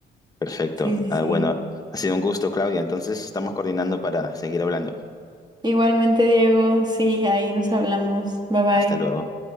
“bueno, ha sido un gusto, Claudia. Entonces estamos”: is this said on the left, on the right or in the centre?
Left